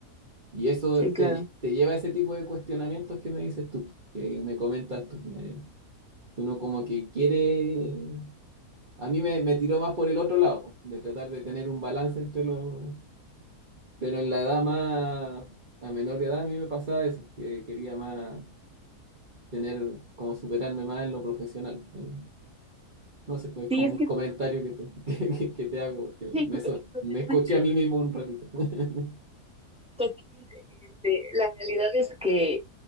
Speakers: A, on the right; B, in the centre.
A: Y eso
B: sí,
A: te,
B: claro.
A: lle- te lleva a ese tipo de cuestionamientos que me dices tú, que me comentas tú. me- uno como que quiere a mí me, me tiró más por el otro lado, po, de tratar de tener un balance entre los... Pero en la edad más, a menor edad, a mí me pasaba eso, que quería más tener, como superarme más en lo profesional. Eh, No sé, es
B: Sí,
A: como
B: es
A: un
B: que
A: comentario que te, <laughs> que, que- que te hago, porque
B: sí,
A: me,
B: ju-
A: so-
B: justamente.
A: me escuché a mí mismo un ratito. <laughs>
B: Totalmente. Este, la realidad es que